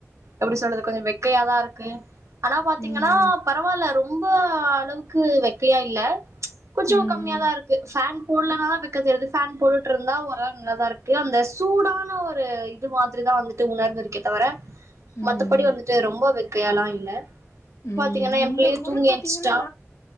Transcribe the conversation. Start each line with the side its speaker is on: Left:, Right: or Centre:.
Right: எப்டி சொல்றது கொஞ்ச வெக்கையாதா இருக்கு ஆனா பாத்தீங்கன்னா
Left: ம்.
Right: பரவால்ல ரொம்ப அளவுக் க்கு வெக்கையா இல்ல கொஞ்சோ
Left: ம். ம்.
Right: கம்மியாதா இருக்கு ஃபேன் போடலனாதா வெக் க ஃபேன் போட்டுட்டு இருந்தா ஓரளவு நல்லாதா இருக்கு அந்த சூடான ஒரு இது மாதிரிதா வந்து த்து உணர்ந்து இருக்கே தவர
Left: ம்.
Right: மத்தபடி வந்துட்டு ரொம்ப வெக்கையால்லா இல்ல
Left: ம்.
Right: பாத்தீங்கன்னா என்
Left: இந்த
Right: பிள்ளயே
Left: முறை
Right: தூங்கி
Left: பாத்தீங்கன்னா
Right: எந்ச்சுட்டா